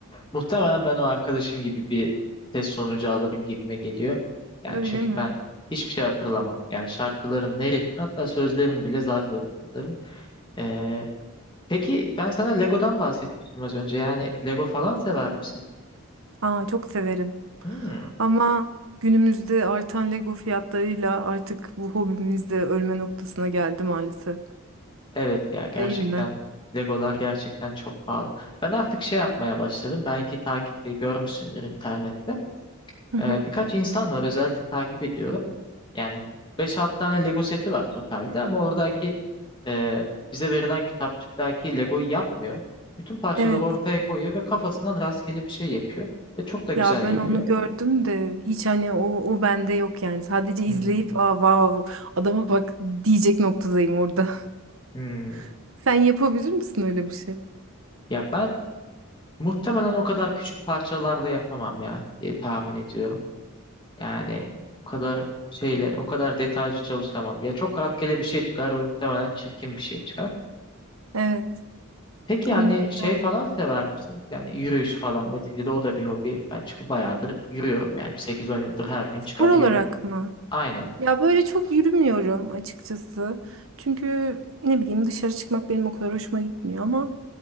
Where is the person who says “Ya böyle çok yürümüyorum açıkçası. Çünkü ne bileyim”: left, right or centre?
Right